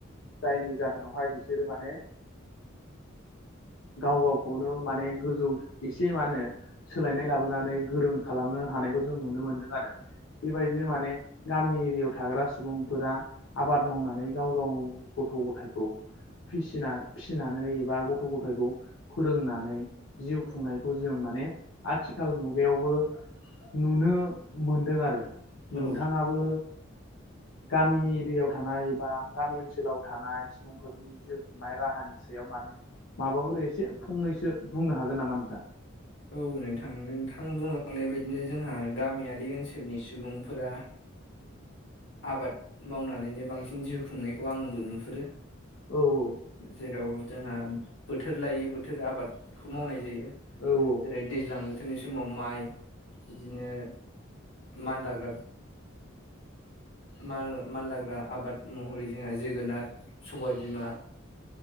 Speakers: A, on the left; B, on the left.
A: जायनि जाहोनावहाय बिसोरो माने गाव गावखौनो माने गोजौ एसे मा होनो सोलायनाय लाबोनानै गोरों खालामनो हानायखौ जों नुनो मोन्दों आरो बेबायदिनो माने गामि एरियाआव थाग्रा सुबुंफोरा आबाद मावनानै गाव गाव गथ' गथायखौ फिसिना फिसिनानै एबा गथ' गथायखौ फोरोंनानै जिउ खुंनायखौ जों माने आथिखाल मुगायावबो नुनो मोनदों आरो
B: औ
A: नोंथाङाबो गामि एरियाआव थानाय एबा गामि ओनसोलाव थानाय सुबुंफोरनि जिउ खुंनाय राहानि सायाव मानो माबाफोर एसे फंनैसो बुंनो हागोन नामा नोंथां?
B: औ नोंथां नोंथां बुंलांनाय बायदिनो जोंहा गामियारि बे ओनसोलनि सुबुंफोरा आबाद मावनानैनो बांसिन जिउ खुंनायखौ आंबो नुहुरो।
A: औ औ
B: जेराव जोंहा बोथोर लायै बोथोर आबादखौ मावनाय जायो।
A: औ ब
B: जेरै दैज्लां बोथोरनि समाव माइ बिदिनो मानलाग्रा माल मानलाग्रा आबाद महरै जोंहा जोगोनार सबाय बिमा,